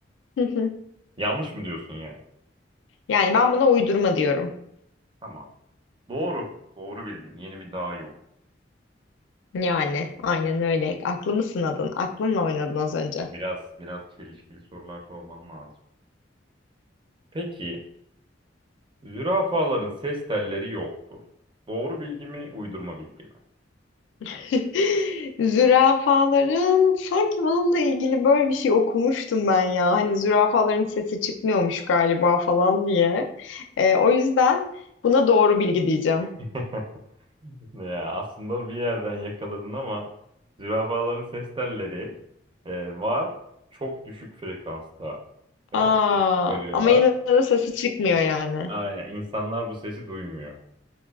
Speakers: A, on the left; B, on the right.
A: <laughs>
B: Yanlış mı diyorsun yani?
A: Yani ben buna uydurma diyorum.
B: Tamam. Doğru. Doğru bildin. Yeni bir dağ yok.
A: Yani aynen öyle. Aklımı sınadın. Aklımla oynadın az önce.
B: Biraz biraz çelişkili sorular sormam lazım. Peki, zürafaların ses telleri yoktur. Doğru bilgi mi, uydurma bilgi mi?
A: <laughs> Zürafaların sanki bununla ilgili böyle bir şey okumuştum ben ya. Hani zürafaların sesi çıkmıyormuş galiba falan diye. Ee, o yüzden buna doğru bilgi diyeceğim.
B: <laughs> Ya aslında bir yerden yakaladın ama zürafaların ses telleri e, var. Çok düşük frekansta
A: Aa,
B: e, ses çıkarıyorlar.
A: ama yine de sesi çıkmıyor
B: İ-
A: yani.
B: Aynen insanlar bu sesi duymuyor.